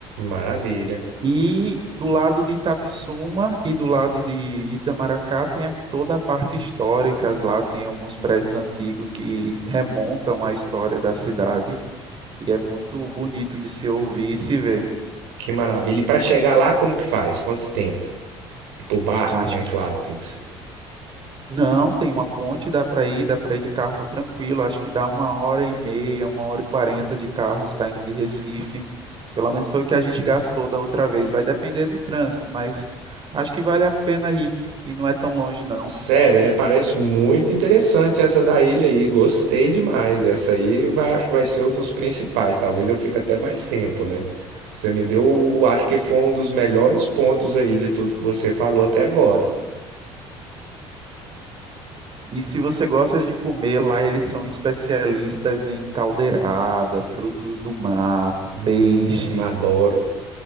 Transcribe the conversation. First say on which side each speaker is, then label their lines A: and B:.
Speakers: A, on the right (about 65°); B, on the right (about 35°).
A: maravilha.
B: E do lado de Itapissuma e do lado de Itamaracá tem a- toda a parte histórica lá, tem alguns prédios antigos que remontam à história da cidade e é muito bonito de se ouvir e se ver.
A: Que maravilha. E para chegar lá, como que faz? Quanto tempo? E pro barco,
B: Acho
A: né? Claro,
B: que
A: tem que ser.
B: não, tem uma ponte, dá para ir, dá para ir de carro tranquilo, acho que dá uma hora e meia, uma hora e quarenta de carro saindo de Recife. Pelo menos foi o que a gente gastou da outra vez. Vai depender do trânsito, mas acho que vale a pena ir e não é tão longe não.
A: Sério, é, parece muito interessante essa da ilha aí. Gostei demais. Essa aí vai, acho que vai ser um dos principais. Talvez eu fique até mais tempo, né? Você me deu, acho que foi um dos melhores pontos aí de tudo que você falou até agora.
B: E se você gosta de comer, lá eles são especialistas em caldeirada, frutos do mar,
A: Hum,
B: peixe.
A: adoro.